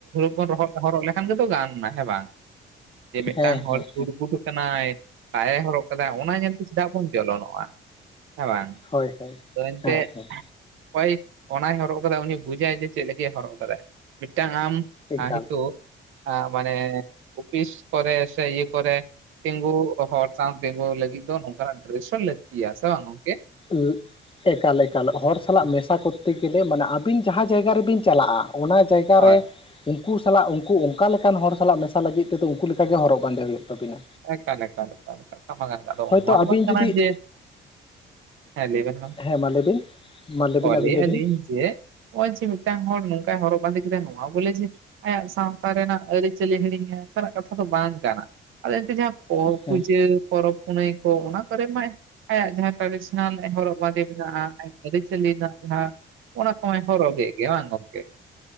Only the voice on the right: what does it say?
<unintelligible> ᱵᱚᱱ ᱦᱚᱨᱚᱜ ᱞᱮᱠᱷᱟᱱ ᱜᱮᱛᱚ ᱜᱟᱱ ᱮᱱᱟ ᱦᱮᱸ ᱵᱟᱝ ᱡᱮ ᱢᱤᱫᱴᱟᱝ
ᱦᱚᱲ
ᱥᱩᱲ ᱵᱩᱴ ᱟᱠᱟᱱᱟᱭ ᱴᱟᱭ ᱦᱚᱨᱚᱜ ᱠᱟᱱᱟᱫᱟᱭ ᱚᱱᱟ ᱧᱮᱞᱛᱮ ᱪᱮᱫᱟᱜ ᱵᱚᱱ ᱡᱚᱞᱚᱱᱚᱜᱼᱟ ᱦᱮᱸ ᱵᱟᱝ
ᱟᱫᱚ ᱮᱱᱛᱮᱫ
ᱚᱠᱚᱭ ᱚᱱᱟᱭ ᱦᱚᱨᱚᱜ ᱟᱠᱟᱫᱟ ᱩᱱᱤ ᱵᱩᱡᱟᱭ ᱡᱮ ᱪᱮᱫ ᱞᱟᱹᱜᱤᱫ ᱦᱚᱨᱚᱜ ᱟᱠᱟᱫᱟ ᱢᱤᱫᱴᱟᱝ ᱟᱢ
ᱦᱤᱛᱳᱜ ᱟ ᱢᱟᱱᱮ ᱚᱯᱷᱤᱥ ᱠᱚᱨᱮ ᱥᱮ ᱤᱭᱟᱹ ᱠᱚᱨᱮ ᱛᱤᱝᱜᱩ ᱦᱚᱲ ᱥᱟᱶ ᱛᱤᱝᱜᱩ ᱞᱟᱹᱜᱤᱫ ᱫᱚ ᱱᱚᱝᱠᱟᱱᱟᱜ ᱰᱨᱮᱥ ᱦᱚᱸ ᱞᱟᱹᱠᱛᱤᱭᱟ ᱥᱮ ᱵᱟᱝ ᱜᱚᱝᱠᱮ
ᱦᱳᱭ
ᱮᱠᱟ ᱮᱠᱟᱞ ᱠᱟᱛᱷᱟ ᱠᱟᱱ ᱜᱮᱭᱟ ᱱᱟᱣᱟ
ᱫᱚ
ᱵᱟᱝ ᱠᱟᱱᱟ‌
ᱡᱮ ᱦᱮᱸ ᱞᱟ. ᱭᱵᱮᱱ
ᱚ
ᱞᱟᱹᱭ ᱟᱹ
ᱞᱤᱧ ᱡᱮ ᱱᱚᱜᱼᱚᱭ ᱡᱮ ᱢᱤᱫᱴᱟᱝ ᱦᱚᱲ ᱱᱚᱝᱠᱟᱭ ᱦᱚᱨᱚᱜ ᱵᱟᱸᱫᱮ ᱠᱮᱫᱟ ᱱᱚᱣᱟ ᱵᱚᱞᱮ ᱡᱮ ᱟᱭᱟᱜ ᱥᱟᱶᱛᱟ ᱨᱮᱱᱟᱜ ᱟᱹᱨᱤᱪᱟᱹᱞᱤ ᱦᱤᱲᱤᱧᱟ ᱚᱱᱠᱟᱱᱟᱜ ᱠᱟᱛᱷᱟ ᱫᱚ ᱵᱟᱝ ᱠᱟᱱᱟ ᱟ ᱡᱟᱦᱟᱸ
ᱯᱩᱡᱟᱹ ᱯᱚᱨᱟᱠᱚᱵᱽ ᱯᱩᱱᱟᱹᱭ ᱠᱚ ᱚᱱᱟ ᱠᱚᱨᱮ ᱢᱟᱭ ᱟᱭᱟᱜ ᱡᱟᱦᱟᱸ ᱴᱨᱟᱰᱤᱥᱚᱱᱟᱞ ᱦᱚᱨᱚᱜ ᱵᱟᱸᱫᱮ ᱢᱮᱱᱟᱜᱼᱟ, ᱟᱹᱨᱤ-ᱪᱟᱹᱞᱤ ᱨᱮᱱᱟᱜ ᱡᱟᱦᱟᱸ ᱚᱱᱟ ᱠᱚᱦᱚᱭ ᱦᱚᱨᱚᱜ ᱜᱮᱜ-ᱜᱮ ᱦᱟᱝ ᱜᱚᱢᱠᱮ?